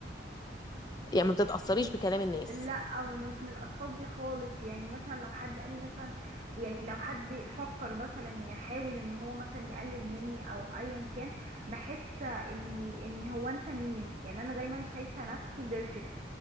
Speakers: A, on the left; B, on the right.
A: يعني ما بتتاثريش بكلام الناس
B: لا م- مش من الاشخاص دي خالص يعني مثلا لو حد قال لي مثلا يعني لو حد فكر مثلا يحاول ان هو مثلا يقلل مني او ايا كان بحس اني ان هو انت مين يعني انا دايما شايفه نفسي بيرفكت